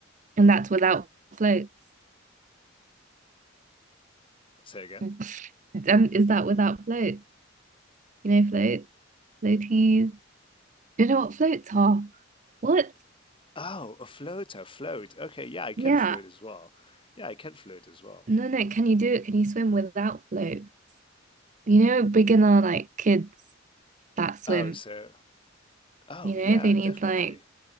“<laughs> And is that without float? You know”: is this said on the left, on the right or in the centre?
Right